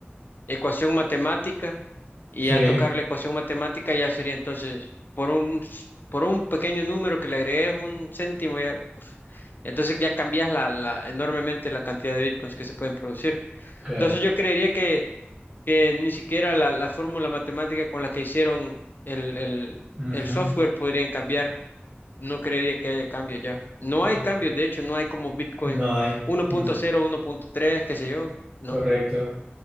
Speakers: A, on the left; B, on the right.
A: ecuación matemática y
B: Sí,
A: a tocar la ecuación matemática ya sería entonces por un, por un pequeño número que le agregues un céntimo ya, uf, entonces ya cambias la, la- enormemente la cantidad de bitcoins que se pueden producir.
B: claro.
A: Entonces yo creería que, que ni siquiera la, la fórmula matemática con la que hicieron el, el,
B: Ujú.
A: el software podrían cambiar. No creería que haya cambio ya. No hay cambios,
B: Ya.
A: de hecho, no hay como Bitcoin
B: No hay.
A: uno uno punto
B: Mm,
A: cero uno punto tres qué sé yo. No,
B: Correcto.